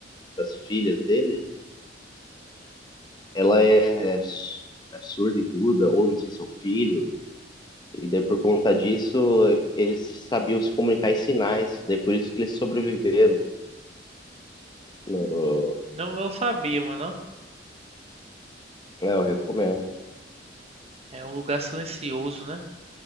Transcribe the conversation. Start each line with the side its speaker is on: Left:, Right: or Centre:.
Left: das filhas dele, ela é, é su- é surda e muda, ou não sei se é o filho, e daí por conta disso, eles sabiam se comunicar em sinais, daí por isso que eles sobreviveram. No...
Right: Hum. Não, não sabia, mano.
Left: É, eu recomendo.
Right: É um lugar silencioso, né?